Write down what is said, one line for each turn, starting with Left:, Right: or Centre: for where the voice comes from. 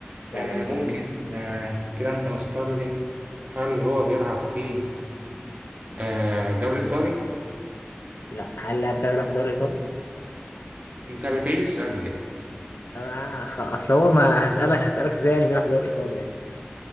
Left: يعني
Right: آه
Left: انجليزي
Right: ممكن
Left: اسباني
Right: آه كده أنت مختار لي هل هو بيلعب في آه الدوري الإيطالي؟
Left: لا هل اللاعب بتاعي بيلعب في الدوري الايطالي؟
Right: أنت بتعيد السؤال ليه؟
Left: آه خ- اصل هو ما هسألك هسألك ازاي يعني بيلعب في الدوري الايطالي يعني